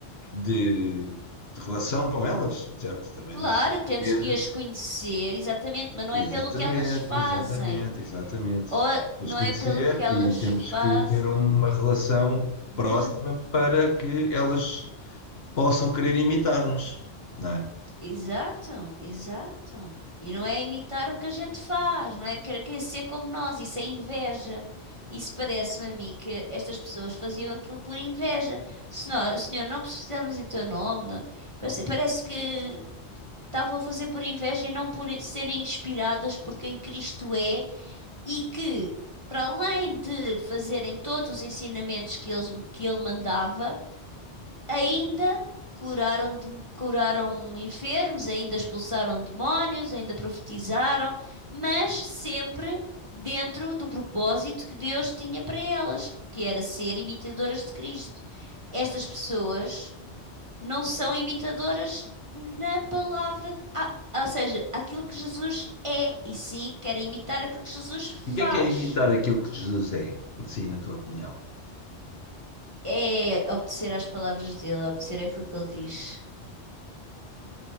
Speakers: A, on the left; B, on the right.
A: de, de relação com elas, certo? Também
B: Claro,
A: não
B: temos
A: poder.
B: que as conhecer, exatamente, mas não
A: Exatamente,
B: é pelo que elas fazem.
A: exatamente, exatamente.
B: Ou
A: Temos que
B: não
A: as conhecer
B: é pelo que elas
A: e temos
B: fazem.
A: que ter uma relação próxima
B: De
A: para que elas possam querer imitar-nos, não é?
B: Exato, exato. E não é imitar o que a gente faz, não é querer querer ser como nós, isso é inveja. Isso parece-me a mim que estas pessoas faziam aquilo por inveja. Senhor, senhor, não precisamos em teu nome. não- Parece, parece que estavam a fazer por inveja e não por serem inspiradas por quem Cristo é e que, para além de fazerem todos os ensinamentos que eles- que ele mandava. Ainda curaram, de- curaram enfermos, ainda expulsaram demónios, ainda profetizaram, mas sempre dentro do propósito que Deus tinha para elas, que era ser imitadoras de Cristo. Estas pessoas não são imitadoras na palavra, ah, ou seja, aquilo que Jesus é, e sim querem imitar aquilo que Jesus faz.
A: O que é que é imitar aquilo que Jesus é, assim, na tua opinião?
B: É obedecer às palavras dele, obedecer àquilo que ele diz.